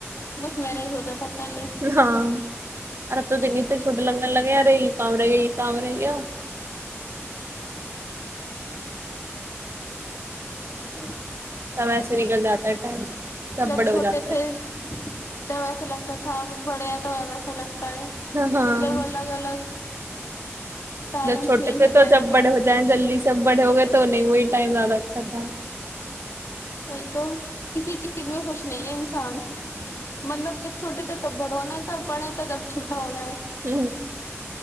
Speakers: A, on the left (about 70°); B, on the right (about 60°).
A: میرج ہوتا تھا پہلے
B: ہاں تو ت شوٹ لگنے لگے ری کام رہے گ یہ کام رہے گیا
A: اچ
B: سب ایسے نکل جاتا ہے ٹائم سب
A: جب
B: بڑے
A: چھوٹے
B: ہو جاتے
A: تھے
B: ہیں
A: تو ایسا لگتا تھا تھا بڑیا تو ویسے الگ تا ہے
B: ہاں
A: مطلب الگ الگ ٹائم
B: جب چھوٹے
A: چینج
B: تھے
A: ہوتا
B: تو جب
A: رہتا
B: بڑے
A: ہے
B: ہو جائیں جلدی سب بڑے ہو گئے تو نہیں وہی ٹائم زیادہ اچھا تھا
A: نہیں تو کسی چیز میں خوش نہیں ہے انسان مطلب جب چھوٹے تھے تب بڑ ہونا تھا بڑے تھا تب چھوٹا ہونا ہے
B: ہ